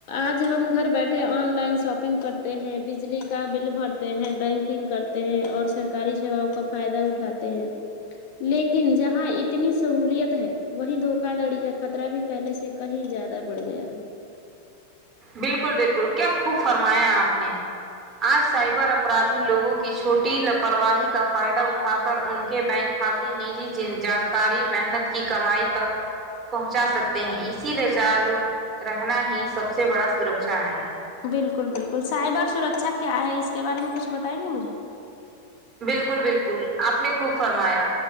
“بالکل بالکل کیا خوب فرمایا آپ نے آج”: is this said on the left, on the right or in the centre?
Right